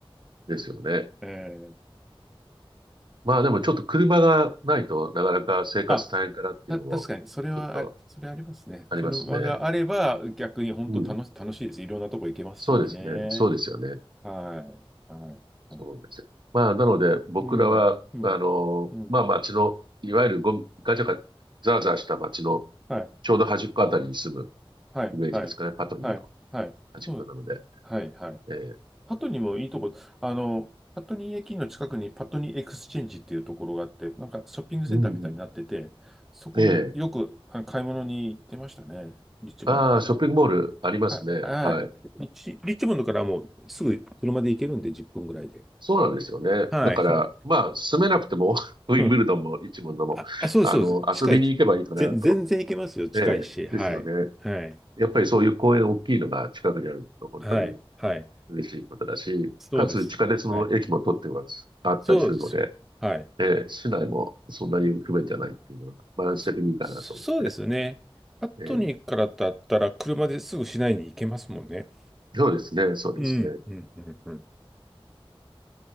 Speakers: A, on the right; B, in the centre.
A: ですよね。
B: ー、えー、
A: まあでもちょっと車がないとなかなか生活大変かなっていうのもちょっと
B: あ、た、確かに、それはあれ、それありますね。
A: ありますね。
B: 車があれば逆に本当楽し、
A: うん。
B: 楽しいです。いろんなとこ行けますしね。
A: そうですね。そうですよね。
B: はい。はい。
A: そうなんですよ。
B: はい
A: まあなので僕らは、
B: うん。うん。
A: あの、
B: うん。
A: まあ街の、いわゆるゴミ、ガチャガチャ、ザーザーした街の
B: はい。
A: ちょうど端っこあたりに住む
B: はい。
A: イメージですかね。
B: はい。
A: パトニーの
B: はい。はい。
A: 端っこなので。
B: そう。はい。はい。
A: ええ
B: パトニーもいいとこ、あの、パトニー駅の近くにパトニーエクスチェンジっていうところがあって、なんかショッピングセンターみたいになってて、
A: うん
B: そこよくあ買い物に行ってましたね。
A: うん。ええ
B: リッチモンドから。
A: ああ、ショッピングモールありますね。
B: はい。はい。
A: はい。
B: リッチ、リッチモンドからもうすぐ車で行けるんで、10分ぐらいで。
A: そうなんですよね。
B: はい。
A: だから、
B: そう、
A: まあ、住めなくても、<laughs> ウィンブルドンも一門のも、
B: うん。あ、あ、そうです、
A: あの、
B: そうです。
A: 遊びに行けばいいかなと。
B: 近い。ぜ全然行けますよ。近いし。
A: ええ、
B: はい。
A: ですよね。
B: はい。
A: やっぱりそういう公園大きいのが近くにあると本当に
B: はい。はい。
A: 嬉しいことだし、
B: そうです。
A: かつ地下鉄の駅も取ってます、
B: はい。
A: あったりするので、
B: そうですよね。はい。
A: ええ、市内もそんなに不便じゃないっていうのはバランス的にいいかなと思って。
B: そ、そうですね。パットニーからだったら車ですぐ市内に行けますもんね。
A: ええ、そうですね、そうですね。
B: うん、うん、うん、うん。